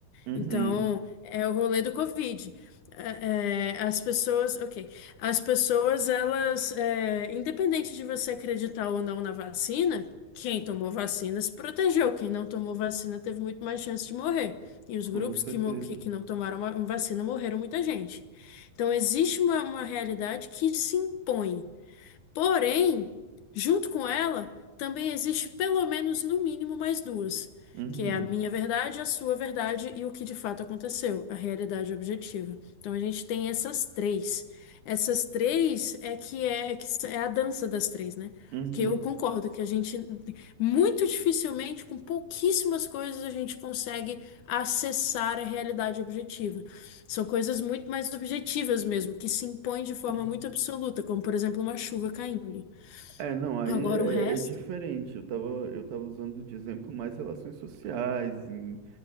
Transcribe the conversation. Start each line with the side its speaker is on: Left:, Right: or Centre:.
Right: uhum,
Left: Então, é o rolê do Covid. É, é, as pessoas, ok. As pessoas, elas, é, independente de você acreditar ou não na vacina, quem tomou vacina se protegeu. Quem não tomou vacina teve muito mais chance de morrer. E os
Right: com
Left: grupos
Right: certeza.
Left: que, mo- que, que não tomaram ma- vacina morreram muita gente. Então, existe uma, uma realidade que se impõe. Porém, junto com ela, também existe pelo menos, no mínimo, mais duas,
Right: Uhum,
Left: que é a minha verdade, a sua verdade e o que de fato aconteceu, a realidade objetiva. Então, a gente tem essas três. Essas três é que é, que é a dança das três, né?
Right: uhum,
Left: Porque eu concordo que a gente, muito dificilmente, com pouquíssimas coisas, a gente consegue acessar a realidade objetiva. São coisas muito mais objetivas mesmo, que se impõem de forma
Right: uhum.
Left: muito absoluta, como por exemplo uma chuva caindo.
Right: É, não, aí
Left: Agora
Right: é,
Left: o resto.
Right: é diferente. Eu tava, eu tava usando de exemplo mais relações sociais em-